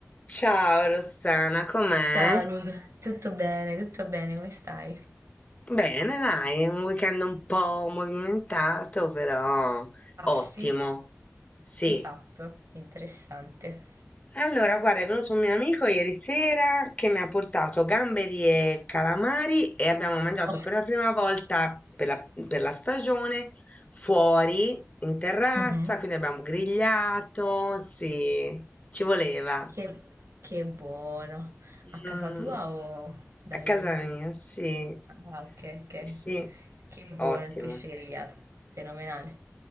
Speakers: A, on the left; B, on the right.
A: Ciao Rossana, com'è?
B: Ciao Nick, tutto bene, tutto bene, come stai?
A: Bene, dai, un weekend un po' movimentato, però
B: Ah sì,
A: ottimo. Sì.
B: che hai fatto? Interessante.
A: Allora, guarda, è venuto un mio amico ieri sera che mi ha portato gamberi e calamari e abbiamo mangiato
B: Oh,
A: per la prima volta per la, per la stagione fuori in terrazza,
B: mhm.
A: quindi abbiamo grigliato, sì, ci voleva.
B: Che, che buono. A casa
A: Mm,
B: tua o da
A: a casa
B: lui?
A: mia, sì,
B: Ah, ok, ok.
A: Sì. sì,
B: Che buono
A: ottimo,
B: il pesce grigliato, fenomenale.